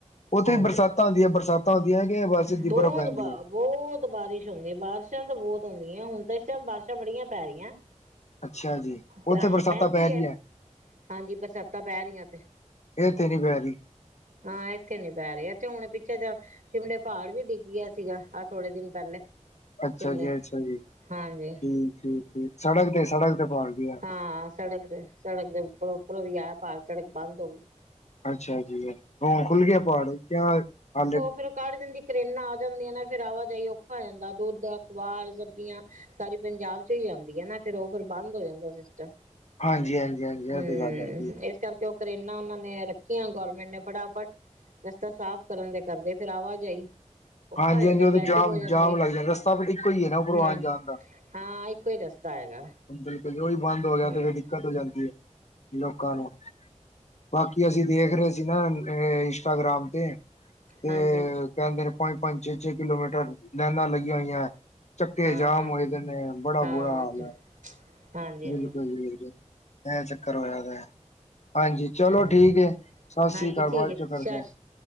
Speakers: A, on the left; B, on the right.
A: ਉੱਥੇ
B: ਹਾਂਜੀ
A: ਵੀ ਬਰਸਾਤਾਂ ਆਉਂਦੀਆਂ ਬਰਸਾਤ। ਸਿਧੀ
B: ਬਹੁਤ
A: ਬਰਫ ਪੈਂਦੀ
B: ਬ
A: ਹੈ।
B: ਬਹੁਤ ਬਾਰਿਸ਼ ਹੁੰਦੀ ਬਾਰਿਸ਼ਾਂ ਤਾਂ ਬਹੁਤ ਹੁੰਦੀਆਂ ਹੁਣ ਤਾਂ ਇਸ ਟਾਈਮ ਬਾਰਿਸ਼ਾਂ ਬੜੀਆਂ ਪੈ ਰਹੀਆਂ।
A: ਅੱਛਾ ਜੀ
B: ਤਾਂ
A: ਉੱਥੇ ਬਰਸਾਤਾਂ
B: ਪੈਂਦੀ
A: ਪੈ ਰਹੀਆਂ।
B: ਹੈ ਹਾਂਜੀ ਬਰਸਾਤਾਂ ਪੈ ਰਹੀਆਂ ਐਥੇ।
A: ਇਥੋਂ ਨੀ ਪੈ ਰਹੀ।
B: ਹਾਂ ਇੱਥੇ ਨੀ ਪੈ ਰਹੀ ਇੱਥੇ ਹੁਣ ਪਿੱਛੇ ਜਾ। ਸ਼ਿਮਲੇ ਪਹਾੜ ਵੀ ਡਿੱਗ ਗਿਆ ਸੀਗਾ ਆਹ ਥੋੜੇ ਦਿਨ ਪਹਿਲੇ।
A: ਅੱਛਾ
B: ਸ਼ਿਮਲੇ
A: ਜੀ ਅੱਛਾ ਜੀ ਠੀਕ
B: ਹਾਂਜੀ
A: ਏ ਠੀਕ ਸੜਕ ਤੇ ਸੜਕ ਤੇ ਪਹਾੜ ਗਿਰਆ।
B: ਹਾਂ ਸੜਕ ਤੇ ਸੜਕ ਦੇ ਉੱਪਰੋਂ ਉੱਪਰੋਂ ਦੀ ਆਯਾ ਪਹਾੜ ਸੜਕ ਬੰਦ ਹੋ ਗਈ।
A: ਅੱਛਾ ਜੀ ਹੁਣ ਖੁੱਲ ਗਿਆ ਪਹਾੜ ਯਾ ਹਾਲੇ।
B: ਫਿਰ ਉਹ ਕੱਢ ਦਿੰਦੀ ਕਰੇਨਾ ਆ ਜਾਂਦੀਆਂ ਨਾ ਫਿਰ ਆਵਾਜਾਈ ਔਖਾ ਆ ਜਾਂਦਾ ਦੁੱਧ ਅਖਬਾਰ ਸਬਜ਼ੀਆਂ। ਸਾਰੀ ਪੰਜਾਬ ਚ ਹੀ ਆਉਦੀ ਹੈ ਨਾ ਫਿਰ ਉਹ ਫਿਰ ਬੰਦ ਹੋ ਜਾਂਦਾ ਸਿਸਟਮ।
A: ਹਾਂਜੀ ਹਾਂਜੀ ਹਾਂਜੀ ਇਹ
B: ਹਮ
A: ਤੇ ਗੱਲ ਹੈਗੀ।
B: ਇਸ ਕਰਕੇ ਉਹ ਕਰੇਨਾ ਉਹਨਾਂ ਨੇ ਰੱਖੀਆਂ ਗੌਰਮੈਂਟ ਨੇ ਫਟਾਫਟ। ਰਸਤਾ ਸਾਫ ਕਰਨ ਦੇ ਕਰਦੇ ਫੇਿਰ ਆਵਾਜਾਈ। ਔਖਾ
A: ਹਾਂਜੀ
B: ਹੋ ਜਾਂਦਾ
A: ਹਾਂਜੀ ਉਹ
B: ਟ੍ਰੈਫਿਕ
A: ਤਾਂ ਜਾਮ
B: ਹੋ ਜਾਂਦੀ
A: ਜਾਮ
B: ਹੈ
A: ਲੱਗ ਜਾਂਦਾ ਰਸਤਾ ਬ ਇੱਕੋ ਹੀ ਹੈ ਨਾ ਉਪਰੋ
B: ਹਮ
A: ਆਣ ਜਾਣ ਦਾ।
B: ਹਾਂ ਇੱਕੋ ਹੀ ਰਸਤਾ ਹੈਗਾ
A: ਬਿਲਕੁਲ ਜੇ ਅੋਹੀ ਬੰਦ ਹੋ ਗਿਆ
B: ਹਮ
A: ਤੇ ਫਿਰ ਦਿੱਕਤ ਹੋ ਜਾਂਦੀ ਹੈ ਲੋਕਾਂ ਨੂੰ। ਬਾਕੀ ਅਸੀਂ ਦੇਖ ਰਹੇ ਸੀ ਨਾ ਇੰਸਟਾਗ੍ਰਾਮ ਤੇ। ਤੇ
B: ਹਾਂਜੀ
A: ਕਹਿੰਦੇ ਨੇ ਪੰਜ ਪੰਜ ਛੇ ਛੇ ਕਿਲੋਮੀਟਰ ਲਾਈਨਾਂ ਲੱਗੀਆਂ ਹੋਈਆਂ। ਚੱਕੇ
B: ਹਾਂ
A: ਜਾਮ
B: ਹਾਂ
A: ਹੋਏ ਦੇ ਨੇ ਬੜਾ
B: ਹਾਂ
A: ਬੁਰਾ ਹਾਲ ਹੈ।
B: ਹਾਂਜੀ ਹਾਂਜੀ
A: ਬਿਲਕੁਲ ਜੀ ਬਿਲਕੁਲ ਐ ਚੱਕਰ ਹੋਆ ਦਾ। ਹਾਂਜੀ ਚਲੋ
B: ਹਾਂ
A: ਠੀਕ ਹੈ ਸਤਿ
B: ਹਾਂਜੀ
A: ਸ੍ਰੀ ਅਕਾਲ
B: ਠੀਕ
A: ਬਾਅਦ
B: ਹੈ
A: ਚੋਂ
B: ਸਤਿ
A: ਕਰਦੇ ਹਾਂ